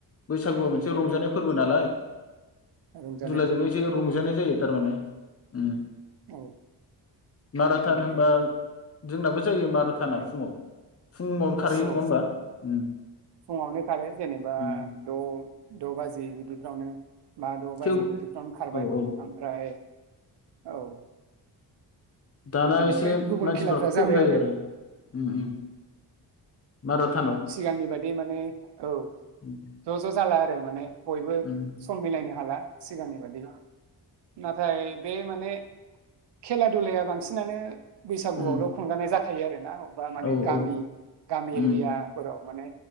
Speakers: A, on the left; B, on the right.
A: बैसागुआ मोनसे रंजानाय फोरबो नालाय
B: आरो जा
A: बिदिनो एसे रंजानाय जायो थार उम
B: औ
A: माराथान
B: माने
A: होनोबा जोंनाबो जायो मार थाना
B: औ
A: फुङाव फुङावनो खारहैयो
B: औ
A: नङा होमबा उम
B: फुङावनो खारो जेनेबा
A: उम
B: द द' बाजि बिदिफ्रावनो बा द'
A: थेव
B: बाजि बिदि खारबाय
A: औ औ
B: ओमफ्राय औ
A: दाना
B: बिनिफ्राय
A: एसे
B: गुबुन
A: मानसिफोर
B: खेलाफ्रा
A: खम
B: जाबाय
A: जायो
B: आरो
A: उम उम माराथानाव
B: सिगांनि बादि माने औ
A: उम
B: ज' ज' जाला आरो माने बयबो
A: उम
B: सम मिलायनो हाला सिगांनि बादि नाथाय बे माने खेला दुलाया बांसि बांसिनानो बैसागुआवल'
A: उम
B: खुंजानाय जा थायो आरोना आंनाव बा माने
A: औ
B: गामि
A: औ
B: गामि
A: उम
B: एरियाफोराव माने